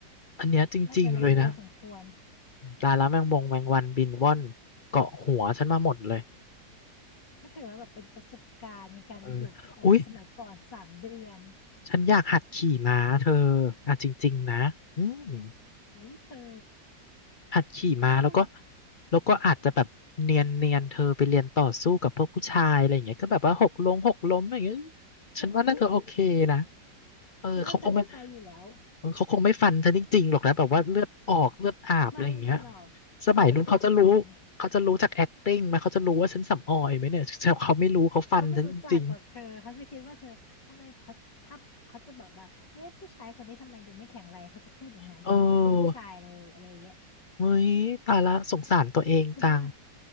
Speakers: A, on the left; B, on the left.
A: อันเนี้ยจริงๆเลยนะ
B: น่าจะแรงพอสมควร
A: ตายแล้วแมงมงแมงวันบินว่อนเกาะหัวฉันมาหมดเลย
B: ก็ถือว่าแบบเป็นประสบการณ์ในการไปอยู่แบบสมัยก่อนสามเดือน
A: เอออุ๊ยฉันอยากหัดขี่ม้าเธออ่ะจริงๆนะอืม
B: อุ้ยเธอ
A: หัดขี่ม้าแล้วก็
B: ฉันว่า
A: แล้วก็อาจจะแบบเนียนเนียนเธอไปเรียนต่อสู้กับพวกผู้ชายอะไรอย่างเงี้ยก็แบบว่าหกล้มหกล้มอย่างเงี้ยฉันว่าน่าจะโอเคนะ
B: อุ้ย
A: เออเขาคงไม่
B: ฉันว่าเธอได้ไปอยู่แล้ว
A: เออเขาคงไม่ฟันเธอจริงๆหรอกนะแบบว่าเลือดออกเลือดอาบอะไรอย่างเงี้ย
B: ไม่หรอกเขาก็จะคัดไปไง
A: สมัยนู้นเขาจะรู้เขาจะรู้จาก acting ไหมเขาจะรู้ว่าฉันสำออยไหมเนี่ยแต่เขาไม่รู้เขาฟันฉันจริง
B: เขาไม่รู้จักหรอกเธอเขาจะคิดว่าเธอทำไมเขาทับเขาจะแบบว่าเอ๊ะผู้ชายคนนี้ทำไมดูไม่แข็งแรงเขาจะพูดอย่างนั้นดูไม่เป็นผู้ชายเลยอะไรอย่างเงี้ย
A: ๆเออเฮ้ยตายละสงสารตัวเองจัง
B: เพราะว่า